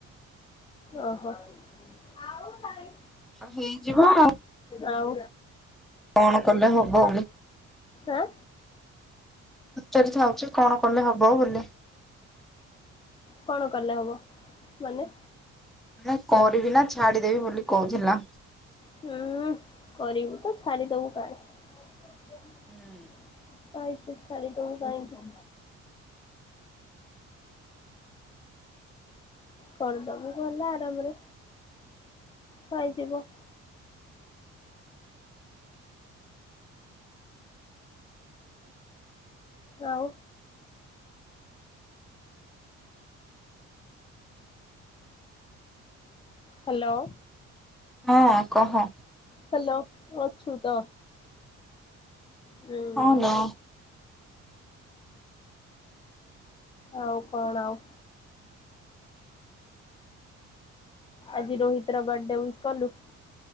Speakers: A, on the left (about 20°); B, in the centre.
A: ଓ ହୋ। ଆଉ ତାର।
B: ହେଇଯିବ ଆଉ
A: ଆଉ
B: କଣ କଲେ ହବ?
A: ଆଁ
B: ପଚାରିଥାଉଛି କଣ କଲେ ହବ। ବୋଲି।
A: କଣ କଲେ ହବ? ମାନେ
B: ନା କରିବି ନା ଛାଡିଦେବି ବୋଲି କହୁଥିଲା।
A: ହୁଁ କରିବୁ। ତ ଛାଡ଼ିଦବୁ କାଲେ ।
B: ହୁଁ।
A: ପାଇଛୁ ଛାଡ଼ି ତୁ କହିଁକି? କରିଦବୁ ଗଲେ ଆରାମରେ ପାଇଯିବ। ଆଉ ହ୍ୟାଲୋ।
B: ହଁ କହ।
A: ହ୍ୟାଲୋ ଅଛୁତ ହୁଁ।
B: ହଁ ଲୋ
A: ଆଉ କଣ ଆଉ? ଆଜି ରୋହିତର ବାର୍ଡେ ଉଇସ୍ କଲୁ।